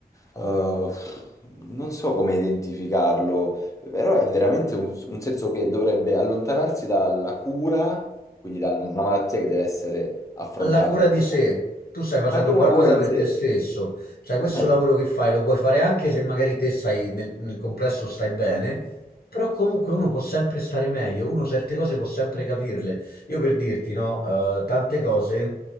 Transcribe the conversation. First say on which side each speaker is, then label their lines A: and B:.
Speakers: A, on the left; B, on the left.
A: eh, non so come identificarlo, però è veramente un, un senso che dovrebbe allontanarsi dalla cura, quindi da una malattia che deve essere affrontata
B: alla cura
A: e
B: di
A: curata.
B: sé. Tu stai facendo
A: Ma è proprio
B: un qualcosa
A: una cura
B: per
A: di sé.
B: te stesso, cioè questo
A: Esatto,
B: lavoro che fai lo puoi fare anche se magari te stai nel, nel complesso stai bene, però comunque uno può sempre stare meglio, uno certe cose può sempre capirle. Io per dirti, no, eh, tante cose,